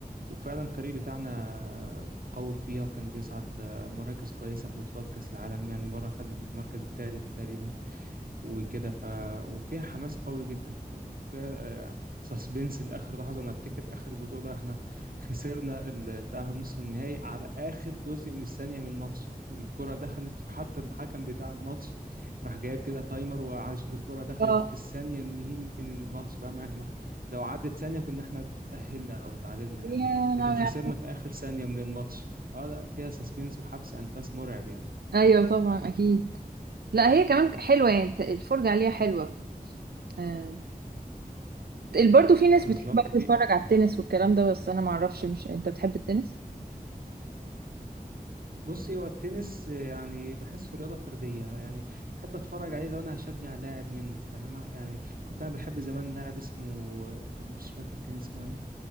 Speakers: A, on the right; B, on the right.
A: وفعلا الفريق بتاعنا قوي فيها وكان بيصعد مراكز كويسة في بطولات كأس العالم يعني مرة خد المركز الثالث تقريبا وكده ف وفيها حماس قوي جدا كمان فيها سسبنس لاخر لحظه انا افتكر اخر بطوله احنا خسرنا التاهل نصف النهائي على اخر جزء من الثانيه من الماتش الكره دخلت حتى الحكم بتاع الماتش راح جايب كده تايمر وقعد يشوف الكره دخلت
B: اه
A: في الثانيه النهائي من الماتش بقى ما احنا لو عدت ثانيه كنا احنا تاهلنا او تعادلنا
B: يا
A: يعني لكن
B: لهوي.
A: خسرنا
B: على-
A: في اخر ثانيه من الماتش اه لا فيها سسبنس وحبس انفاس مرعب يعني
B: ايوه طبعا اكيد لا هي كمان حلوة يعني الت- الفرجة عليها حلوة آه. برضو في ناس
A: بالظبط
B: بتحب
A: في
B: تتفرج على التنس والكلام ده بس انا معرفش مش انت بتحب التنس
A: بصي هو التنس آه، يعني بحسه رياضة فردية يعني بحب اتفرج عليه لو انا هشجع لاعب منه فاهمة يعني كنت انا بحب زمان لاعب اسمه آه، مش فاكر كان اسمه ايه